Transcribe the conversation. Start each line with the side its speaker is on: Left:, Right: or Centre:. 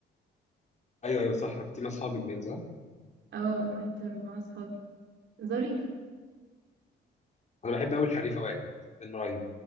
Left: ايوه ايوه صح رحتيه مع اصحابك باين صح
Right: اه رحت مع اصحابي ظريف
Left: انا بحب قوي الحريفة واحد فيلم رهيب